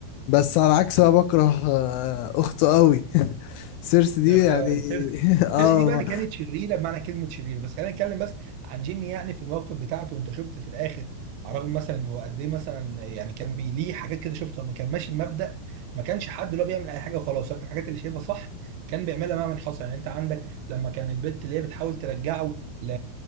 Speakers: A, on the left; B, on the right.
A: بس على عكس بقى بكره آه، اخته قوي <laughs> سيرسي دي
B: اخت-
A: يعني
B: سيرسي
A: <laughs> اه
B: سيرسي دي بقى اللي كانت شريره بمعنى كلمه شريره بس خلينا نتكلم بس عن جيمي يعني في الموقف بتاعته انت شفت في الاخر على الرغم مثلا ان هو قد ايه مثلا يعني كان بي- ليه حاجات كده شفتها ما كان ماشي بمبدأ ما كانش حد اللي هو بيعمل اي حاجه وخلاص لكن الحاجات اللي شايفها صح كان بيعملها مهما حصل يعني انت عندك لما كان البت اللي هي بتحاول ترجعه ل...